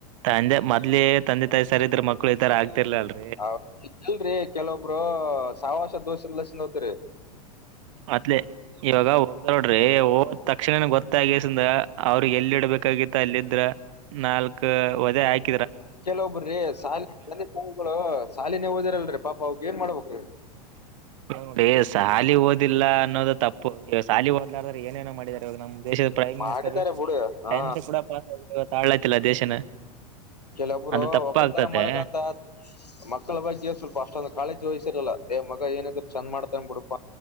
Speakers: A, on the right (about 50°); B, on the left (about 85°).
A: ತಂದೆ ಮೊದ್ಲಿ ತಂದೆ ತಾಯಿ ಸರಿ ಇದ್ರ ಮಕ್ಕಳು ಇದ ತರ ಆಗ್ತಿರ್ಲಲ್ರಿ.
B: ಹ ಇಲ್ರರಿ ಕೆಲೋಬ್ಬ್ರು ಸವಾಸ ದೋಸ ಎಲ್ಲಸಿಂಧ್ ಹೋತ್ರಿ.
A: ಅತ್ಲೆ. ಇವಾಗ ಹೋಗ ನೋಡ್ರಿ ಹೋದ್ ತಕ್ಷಣನ ಗೊತ್ತಾಗಸಿಂಧ ಅವ್ರಿಗೆ ಎಲ್ಲಿ ಇಡ್ಬೇಕಾಗಿತ್ತ ಅಲ್ಲಿ ಇದ್ರ ನಾಲ್ಕ್ ಒದೇ ಹಾಕಿ
B: ಕೆಲೊಬ್ರೀ ಸಾಲಿಲಗಳು ಸಾಲಿನ ಓದಿರಲ್ರರಿ ಪಾಪ ಅವಿ ಏನ್ ಮಾಡ್ಬೇಕ್ರೀ <inaudible>
A: ನ ನೋಡ್ರ ಸಾಲಿ ಓದಿಲ್ಲ ಅನ್ನೋದು ತಪ್ಪು ಈವ ಸಾಲಿ ಓದಲಾರ್ರೆ ಏನೇನೋ ಮಾಡಿದಿದ್ದಾರೆ ಇವಾಗ ನಮ್ಮ್ ದೇಶದ ಪ್ರಮ್
B: ಮಾಡಿದ್ದಾರೆ
A: ಮಿನಿಸ್ಟರ್
B: ಬಿಡು ಹಾ
A: ಸೈನ್ಸ ಕೂಡ ಪಾಸ್ ಆಗ ಇವತ್ತು ಆಲಕ ತಿಲ್ಲ ದೇಶನ
B: ಕೆಲೊಬ್ರು
A: ಅದು ತಪ್ಪಾಗ್ತತೆ
B: ಒಕ್ಕಲ್ ತನ ಮಾಡಕಂತಸ್ ಮಕ್ಕಳ ಬಗ್ಗೆ ಸ್ವಲ್ಪ ಅಷ್ಟೊಂದು ಕಾಳಜಿ ವಹಿಸಿರಲ್ಲ ಎ ಮಗ ಏನಿದ್ರರು ಚಂದ ಮಾಡ್ತಾನ ಬಿಡುಪಾ.